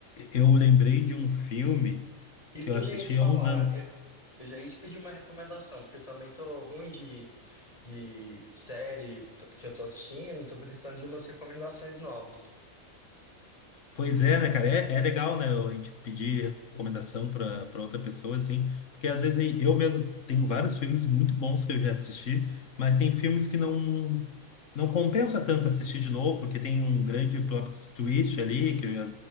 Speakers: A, on the left; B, on the left.
A: eu lembrei de um filme
B: isso
A: que
B: que
A: eu assisti
B: eu já ia te falar.
A: há uns anos.
B: Eu, eu já ia te pedir uma recomendação, porque eu também tô ruim de, de série que eu tô assistindo, tô precisando de umas recomendações novas.
A: Pois é, né, cara? É, é legal, né? A gente pedir recomendação para para outra pessoa, assim, porque às vezes aí eu mesmo tenho vários filmes muito bons que eu já assisti, mas tem filmes que não não compensa tanto assistir de novo, porque tem um grande plot twist ali, que eu já,